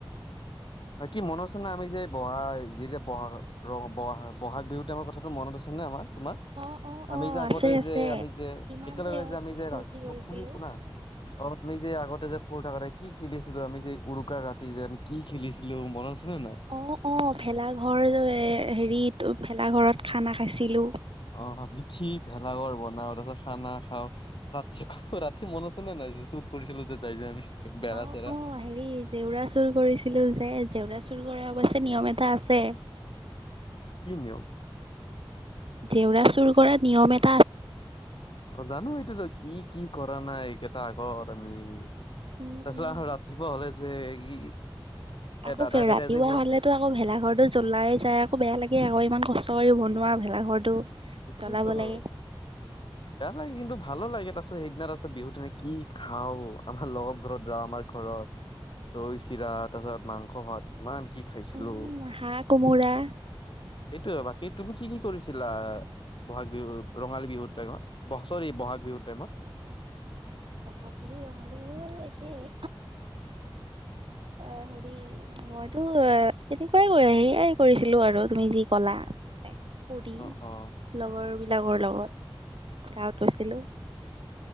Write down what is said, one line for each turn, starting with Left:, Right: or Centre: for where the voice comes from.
Left: বাকি মনত আছে নে আমি যে বহা যেতিয়া বাহাগ ৰ বহাগ বহাগ বিহুত টাইমৰ কথাটো মনত আছে নে আমাৰ? তোমাৰ
Right: অ', অ',
Left: আমি
Right: অ',
Left: যে আগতে
Right: আছে আছে।
Left: যে আমি যে
Right: ইমান
Left: একেলগে
Right: অ',
Left: যে আমি যে
Right: ফূৰ্তি
Left: ৰা
Right: কৰিছিলোঁ।
Left: মোক শুনি শুনা অমি যে আগত যে সৰু থাকোতে কি খেলিছিলো আমি যে উৰুকাৰ ৰাতি যে আমি কি খেলিছিলো মনত নে নাই
Right: অ অ ভেলাঘৰ এ হেৰিত ভেলা ঘৰত খানা খাইছিলো।
Left: অ আমি কি ভেলাঘৰ বনাও তাৰপিছত খানা খাওঁ ৰাতি আকৌ ৰাতি মন আছে নে নাই যে চুৰ কৰিছিলো যে যাই যে আমি। বেৰা
Right: অ
Left: চেৰা
Right: অ হেৰি জেউৰা চুৰ কৰিছিলো যে জেউৰা চুৰ কৰা অৱশ্যে নিয়ম এ তাছে।
Left: কি নিয়ম?
Right: জেওৰা চুৰ কৰা নিয়ম এট
Left: জানো এইটোতো কি কি কৰা নাই এইকেইটা আগত আমি। তাৰপিছত
Right: উম, উম।
Left: আহ ৰাতিপুৱা হলে যে ই
Right: আকৌ
Left: এ দাদাক
Right: ৰাতিপুৱা
Left: এতিয়া যে পুৰা
Right: হাললেতো আকৌ ভেলাঘৰটো জ্বলাই যাই আকৌ বেয়া লাগে আকৌ ইমান কষ্ট কৰি বনোৱা ভেলাঘৰটো
Left: এইটোৱেতো
Right: জ্বলাব
Left: হ'ল।
Right: লাগে
Left: বেয়া লাগে কিন্তু ভাল লাগে তাৰছত সেইদিনা তাচ ত বিহুত এনে কি খাও আমাৰ লগৰ ঘৰত যাওঁ আমাৰ ঘৰত। দৈ চিৰা তাৰপিছত মাংস ভাত ইমান কি খাইছিলো,
Right: উম, হাঁহ কোমোৰা
Left: সেইটোৱে বা এই তুমি কি কি কৰিছিলা বহাগ বিহুত ৰঙালী বিহুৰ টাইমত? ছৰি বহাগ বিহুৰ টাইমত।
Right: অ বহাগ বিহু আৰু ৰঙালী বিহু আৰু একেই। এ হেৰি মইতো এনেকুৱাই সেয়াই কৰিছিলো আৰু তুমি যি কলা।
Left: <inaudible>
Right: পুুৰী
Left: অ
Right: লগৰবিলাকৰ লগত গাঁৱত গৈছিলোঁ।